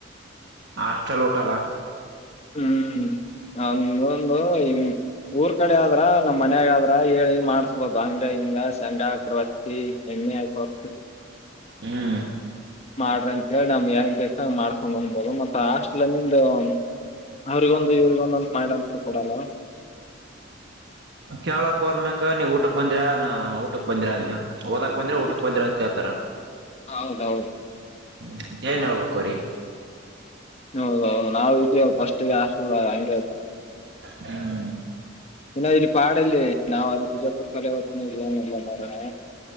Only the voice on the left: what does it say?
ಹ್ಮ್ ಅವ ಒಂದು ಊರ್ ಕಡೆ ಆದ್ರ ನಮ್ ಮನ್ಯಾಗ ಆದ್ರ ಹೇಳಿ ಮಾಡ ಹ ಬಾಂಗ ಹಂಗ ಸಂಡಾ ಆಕ್ರವರ್ತಿ ಎಣ್ಣೆ ಆಾಯಕ
ಮಾಡ್ರಿ ಅಂತ ಹೇಳಿ ನಮ್ ಹೆಂಗ್ ಬೇಕ ಹಂಗ್ ಮಾಡ್ಸ್ಕೊಂಡ್ ಅಂದ್ಬೋದು ಮತ್ತ ಹಾಸ್ಟ್ಲ ನಿಂದು ಅವ್ರಿಗೊಂದು ಇವ್ರಗೊಂದಂತ್ ಮಹಿಾಂತರು ಕೂಡಲ್ವಾ
ಊಟ
ಹೌದೌದು
ಹೌದೌದು ನಾವವು ಇದೀವಿ ಫಸ್ಟ್ ಹಾಸ್ಟೆಲ್ ಆ ಹಗೆ ಇತ್ತು
ಇನ್ನು ಇಲ್ಲಿ ಪಾಡಲ್ಲಿ ನಾವ್ ಅಲ್ಲಿ ಬಿಜಾಪುರ ಕಲೆ ಹೊತ್ತಿನ ಏನಿಲ್ಲ ಮೋರೋಣ